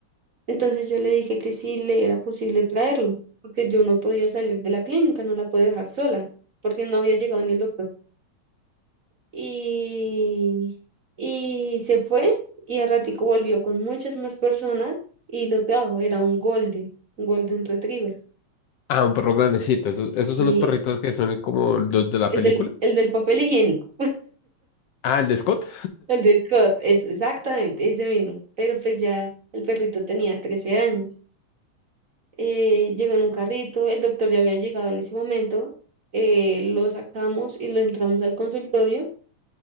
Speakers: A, on the right (about 45°); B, on the left (about 70°).
A: Entonces yo le dije que sí le era posible traerlo, porque yo no podía salir de la clínica, no la puedo dejar sola, porque no había llegado ni el doctor. Y, y se fue y al ratico volvió con muchas más personas y lo trajo, era un golden, un golden retriever.
B: Ah, un perro grandecito. Esos,
A: Sí,
B: esos son los perritos que son como los de la
A: el
B: película.
A: del, el del papel higiénico.
B: Ah, el de Scott.
A: El de Scott, es exactamente ese mismo. Pero pues ya el perrito tenía 13 años. Eh, llegó en un carrito, el doctor ya había llegado en ese momento. eh, lo sacamos y lo entramos al consultorio.